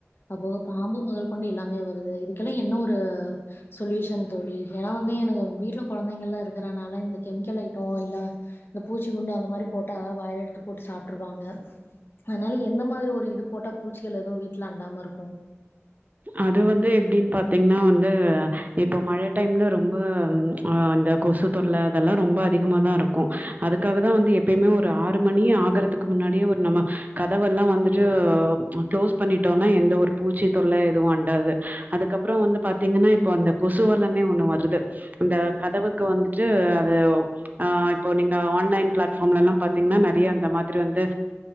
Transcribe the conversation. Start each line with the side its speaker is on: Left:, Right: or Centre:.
Left: அப்போ பாம்பு மா பொண்டு எல்லாமே வருது இதுக்கெல்லாம் என்ன ஒரு சொல்யூஷன் தோழி ஏன்னா வந்து எனக்கு வீட்ல கொழந்தைங்கள்லாம் இருக்கிறனால இந்த கெமிக்கல் ஐட்டம் இல்ல இந்த பூச்சி குண்டு அந்த மாரி போட்டா வாயில எடுத்து போட்டு சாப்ட்டுருவாங்க அதனால எந்த மாதிரி ஒரு இது போட்டா பூச்சிகள் எதுவும் வீட்ல அண்டாம இருக்கு
Right: அது வந்து எப்டின்னு பாத்தீங்கன்னா வந்து வந்து இப்போ மழ டைம்ல ரொம்ப அந்த கொசு தொல்ல அதெல்லாம் ரொம்ப அதிகமா தான் இருக்கும் அதுக்காக தான் வந்து எப்பயுமே ஒரு ஆறு மணி ஆகுறதுக்கு முன்னாடியே ஒரு நம்ம கதவெல்லாம் வந்துட்டு அ க்ளோஸ் பண்ணிட்டு பண்ணிட்டோனா எந்த ஒரு பூச்சி தொல்ல எதுவும் அண்டாது அதுக்கப்புறோம் வந்து பாத்தீங்கன்னா இப்ப அந்த கொசு வலனே ஒண்ணு வருது இந்த கதவுக்கு வந்துட்டு அது இப்ப நீங்க ஆன்லைன் பிளாட்ஃபார்ம்லாம்லலா பாத்தீங்கன்னா நெறைய அந்த மாதிரி வந்து